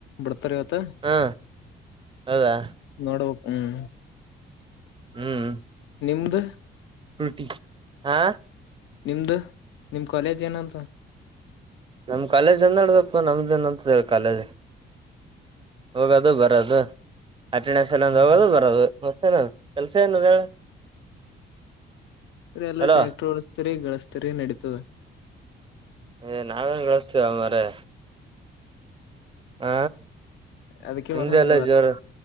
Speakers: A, on the left (about 75°); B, on the right (about 25°).
A: ಬಿಡ್ತಾರ ಇವತ್
B: ಹಾ ಹೌದಾ
A: ನೋಡು ಹ್ಮ್
B: ಹ್ಮ್
A: ನಿಮ್ದ
B: <unintelligible> ಹಾ
A: ನಿಮ್ದು ನಿಮ್ ಕಾಲೇಜ್ ಏನಂತ
B: ನಮ್ ಕಾಲೇಜ್ ಅಂದ ನಡ್ದಪ್ಪ ನಮ್ದನ್ ಅಂತ ಕಾಲೇಜ್ ಹೋಗೋದು ಬರದು ಅಟೆಂಡೆನ್ಸ್ <unintelligible>
A: ಹ್ಮ
B: ಹೋಗೋದು ಬರದು ಮತ್ತೆನ ಕೆಲ್ಸ ಏನದ ಹೇಳ
A: ಎಲ್ಲಾ
B: ಹಲೋ
A: ಟ್ಯಾಕ್ಟರ್ ಓಡಿಸ್ತೀರಿ ರಿ ಗಳಿಸ್ತರಿ ನಡೀತದ
B: ಏ ನಾವೇನ್ ಗಳಿಸ್ತಿವೋ ಮಾರಾಯ ಹ
A: ಅದಕ್ಕೆ
B: ನಿಮ್ದೆ
A: ಒಂದೊ
B: ಎಲ್ಲ ಜೋರು